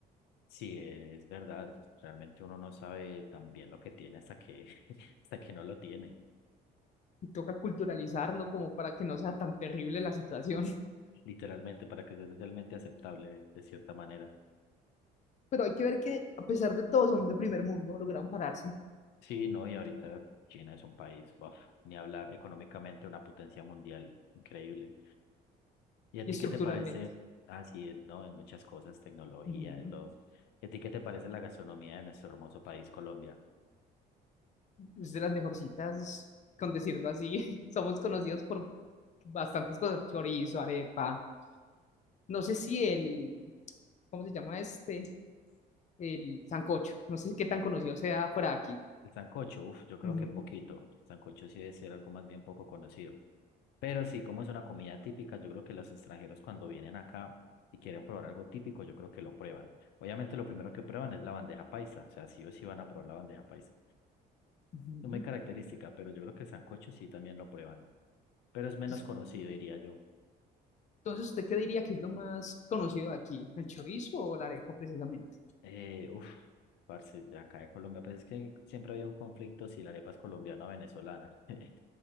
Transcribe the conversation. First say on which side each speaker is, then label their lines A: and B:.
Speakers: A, on the left; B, on the left.
A: Sí, es verdad, realmente uno no sabe tan bien lo que tiene hasta que, <laughs> hasta que no lo tiene,
B: Y toca culturalizarlo como para que no sea tan terrible la situación. <laughs>
A: literalmente, para que sea socialmente aceptable de cierta manera.
B: Pero hay que ver que a pesar de todo son de primer mundo, lograron pararse
A: Sí, no, y ahorita China es un país, buf, ni hablar económicamente, una potencia mundial increíble. ¿Y a
B: y
A: ti
B: estructuralmente.
A: qué te parece? Ah, sí, eh, no, en muchas cosas, tecnología,
B: Ujú.
A: de todo. ¿Y a ti qué te parece la gastronomía de nuestro hermoso país, Colombia?
B: es de las mejorcitas, con decirlo así. <laughs> Somos conocidos por bastantes cosas, chorizo, arepa. No sé si el, ¿cómo se llama este? El sancocho. No sé qué tan conocido sea fuera de aquí.
A: El sancocho, uf, yo creo
B: Ujú,
A: que poquito. El sancocho sí debe ser algo más bien poco conocido. Pero sí, como es una comida típica, yo creo que los extranjeros cuando vienen acá y quieren probar algo típico, yo creo que lo prueban. Obviamente lo primero que prueban es la bandeja paisa, o sea, sí o sí van a probar la bandeja paisa.
B: ujú.
A: Es muy característica, pero yo creo que el sancocho sí también lo prueban, pero es menos
B: Entonces,
A: conocido, diría yo.
B: entonces, ¿usted qué diría que es lo más conocido de aquí? ¿El chorizo o la arepa precisamente?
A: Eh, uf, parce, de acá de Colombia, pues es que siempre había un conflicto si la arepa es colombiana o venezolana. <laughs>